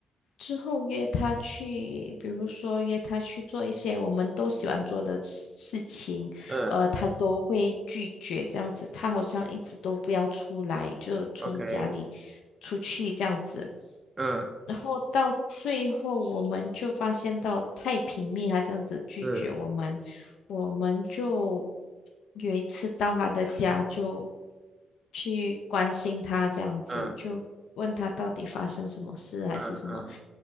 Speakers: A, on the left; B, on the right.
A: 之后约他去，比如说约他去做一些我们都喜欢做的事情，
B: 嗯
A: 呃，他都会拒绝这样子。他好像一直都不要出来，就从家里
B: ，OK，
A: 出去这样子。
B: 嗯，
A: 然后到最后，我们就发现到太平蜜，他这样子拒绝我们。
B: 是，
A: 我们就有一次到他的家，就去关心他，这样子就问他到底发生什么事，
B: 嗯
A: 还是什么，
B: 嗯嗯